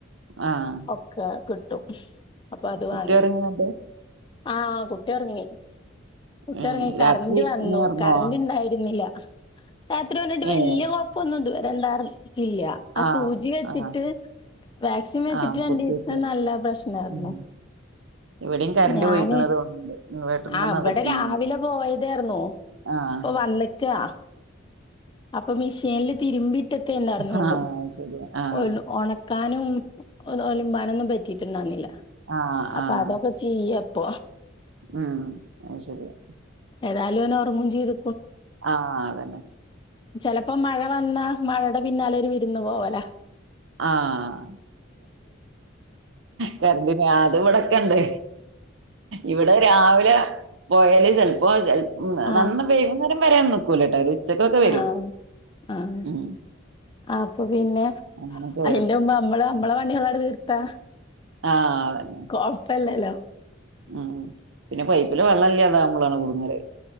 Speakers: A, on the right (about 70°); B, on the left (about 25°).
A: ആഹ്
B: ഒക്കെ കിട്ടും അപ്പൊ അത്
A: കുട്ടി
B: വാങ്ങി
A: ഉറങ്ങുന്നുണ്ട്?
B: ആഹ് കുട്ടി ഒറങ്ങി കുട്ടി
A: ഏഹ്
B: ഒറങ്ങി കറന്റ്
A: രാത്രി
B: വന്നു
A: നീ ഉറങ്ങോ?
B: കറന്റ് ഇണ്ടായിരുന്നില്ല രാത്രി വന്നിട്ട്
A: ഏഹ്
B: വല്യ കൊഴപ്പൊന്നും ഇതുവരെണ്ടാർന്നില്ല ആ
A: ആഹ്
B: സൂചി വെച്ചിട്ട്
A: ആഹ്
B: വാക്സിൻ വെച്ചിട്ട്
A: ആഹ്
B: രണ്ടീസം
A: കുത്തിവെച്ച്
B: നല്ല പ്രശ്നായിരുന്നു
A: ഉം ഇവിടെയും കറണ്ട്
B: ഞാന്
A: പോയിക്കണ് തോന്നുന്നുണ്ട്. ഇൻവേർട്ടർമ്മന്ന്
B: ആ ഇവിടെ
A: അതൊക്കെയായിരുന്നു.
B: രാവിലെ പോയതായിരുന്നു
A: ആഹ്
B: ഇപ്പൊ വന്നിക്കാ അപ്പൊ മിഷീനില് തിരുമ്പിറ്റത്തെ എന്തറന്നള്ളു
A: ആഹ് അത് ശരി ആഹ്
B: ഒ ഉണക്ക കാനും ഒലിബാനൊന്നും പറ്റിട്ടുണ്ടന്നില്ല
A: ആഹ്
B: അപ്പൊ
A: ആഹ്
B: അതൊക്കെ ചെയ്യ അപ്പ
A: ഉം അത് ശരിയാ
B: ഏതാലും ഓന് ഉറങ്ങും ചെയ്തു
A: ആഹ് അതന്നെ
B: ചിലപ്പോ മഴ വന്ന മഴയുടെ പിന്നാലെ ഒരു വിരുന്ന് പോവല
A: ആഹ് ക <unintelligible> ആ അത്വിടക്കെണ്ട് ഇവിടെ രാവിലെ പോയല് ചെലപ്പോ ഉം
B: ആഹ്
A: നന്ന വൈകുന്നേരം വരാന്ന് നക്കൂല ട്ടോ ഒരു ഉച്ചക്കൊക്കെ വരും
B: ആഹ് ആഹ്
A: ഉം
B: അപ്പൊ പിന്നെ
A: അങ്ങനൊക്കെ
B: അതിൻ്റെ
A: വരും
B: മുമ്പ് നമ്മള് നമ്മളെ പണിയങ്ങട്ട് തീർത്താ
A: ആഹ് അതന്നെ
B: കൊഴപ്പല്ലല്ലോ
A: ഉം പിന്നെ പൈപ്പില് വെള്ളംല്ലാതാ വുബളാണ് കുടുങ്ങല്